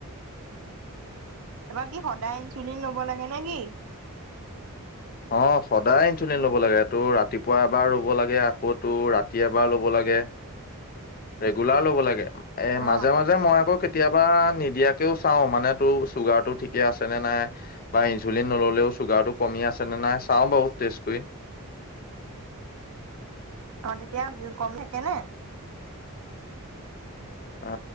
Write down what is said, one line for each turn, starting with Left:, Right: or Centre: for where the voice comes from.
Right: বাকী সদায় ইনচুলিন লব লাগে নে কি
Left: অ সদায় ইনচুলিন ল'ব লাগে তোৰ ৰাতিপুৱা এবাৰ ৰব লাগে আকৌ তোৰ ৰাতি এবাৰ ল'ব লাগে
Right: <inaudible>
Left: ৰেগুলাৰ ল'ব লাগে এ
Right: অ
Left: মাজে মাজে মই আকৌ কেতি কেতিয়াবা নিদিয়াকেও চাও মানে তোৰ চুগাৰ টো ঠিকে আছে নে নাই বা ইনচুলিন নললেও চুগাৰটো কমি আছে নে নাই চাওঁ বাৰু টেষ্ট কৰি
Right: অ তেতিয়া কম থাকে নে
Left: আ